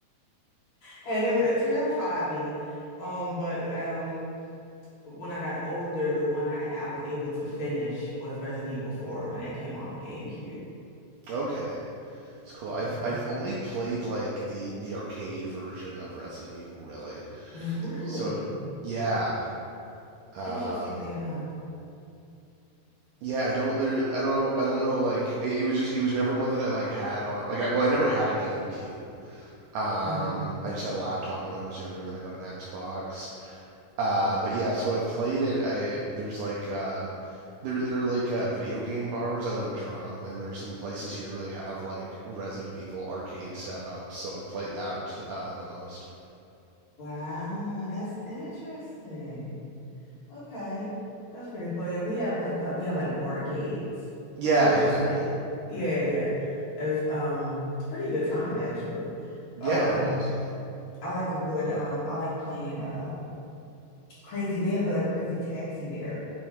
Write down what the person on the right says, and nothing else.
Okay. It's cool.
I've I've only played like the the arcade version of Resident Evil really.
So it- yeah. Um
yeah, I don't there I don't I don't know like it, it was just it was never one that I like had on like I, well I never had a GameCube. Um
I just had a laptop when I was younger, then I got an Xbox. Uh, but yeah, so I've played it. I there's like um, there there are like uh, video game bars. I live in Toronto, and there's some places here where they have like Resident Evil arcade setups. So I've played that uh, the most.
Yeah,
yeah,
yeah.
It is.